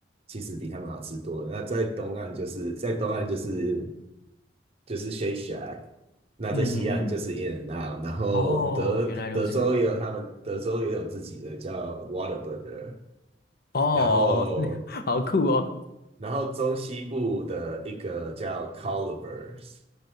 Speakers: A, on the right; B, on the left.
A: 其实比他们好吃多了。那在东岸就是在东岸就是就是 Shake Shack，那在西岸就是
B: 嗯嗯嗯，
A: In and Out，然后德德州也有他们德州也有自己的叫
B: 哦，原来如此，
A: w a t e r b u r g e r
B: 哦，
A: 然后
B: <laughs> 好酷哦，
A: 然后中西部的一个叫 c o l v e r s